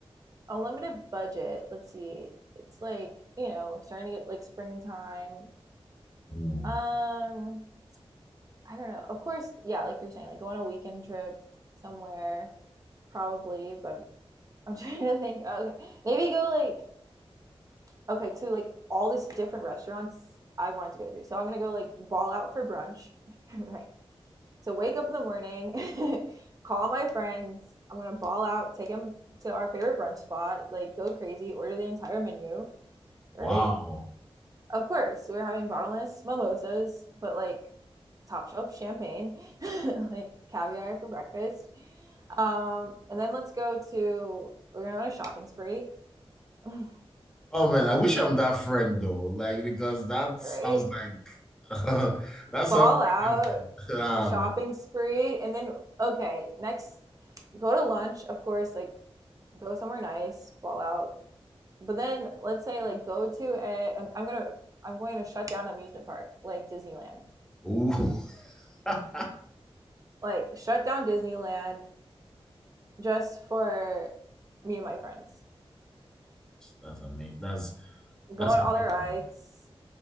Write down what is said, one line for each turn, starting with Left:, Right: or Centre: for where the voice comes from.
Right: unlimited budget. Let's see. It's like you know, starting to get like springtime.
Centre: Hmm.
Right: Um, I don't know. Of course, yeah, like you're saying, like go on a weekend trip somewhere, probably. But I'm <laughs> trying to think. Okay, maybe go like okay to like all this different restaurants I wanted to go to. So I'm gonna go like ball out for brunch, <laughs> right? So wake up in the morning, <laughs> call my friends. I'm gonna ball out, take them to our favorite brunch spot, like go crazy, order the entire menu, right?
Centre: Wow.
Right: Of course, we're having bottomless mimosas, but like top shelf champagne, <laughs> like caviar for breakfast. Um, and then let's go to we're gonna go on a shopping spree, <laughs>
Centre: Oh man, I wish
Right: right?
Centre: I'm that friend though. Like because that sounds
Right: Right?
Centre: like <laughs> that sounds
Right: Ball
Centre: like
Right: out,
Centre: heaven. <laughs> Ah,
Right: shopping
Centre: man.
Right: spree and then okay next go to lunch of course like go somewhere nice ball out but then let's say like go to a i'm, I'm gonna i'm going to shut down amusement park like disneyland
Centre: Ooh. <laughs>
Right: like shut down disneyland just for me and my friends
Centre: That's amazing. That's
Right: go
Centre: that's
Right: on
Centre: amazing.
Right: all the rides